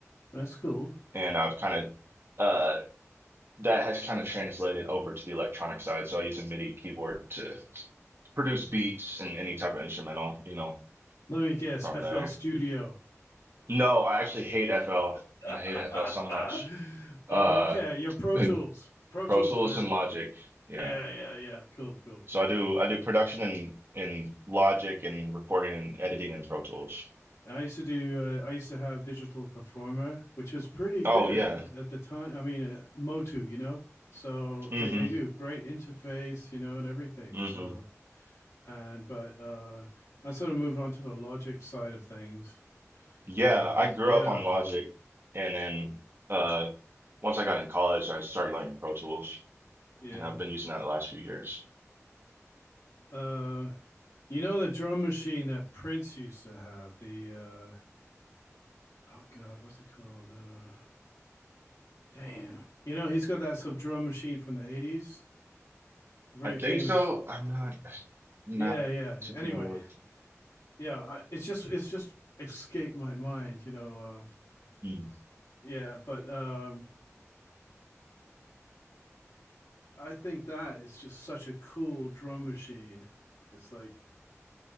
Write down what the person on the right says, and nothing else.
and I've kind of uh. that has kind of translated over to the electronic side. So I use a MIDI keyboard to produce beats and any type of instrumental, you know,
from
there.
No, I actually hate FL.
I hate FL so much. Uh,
<clears throat>
<laughs>
Pro
Tools
and Logic. Yeah.
So
I do I do production in in Logic and recording and editing in Pro Tools.
Oh
yeah.
Mm-hmm.
Mm-hmm.
Yeah,
I grew
up on Logic and then uh once I got in college I started learning Pro Tools
and I've been using that the last few years.
I think
so. I'm not. I'm
not
too familiar
with.
Hmm.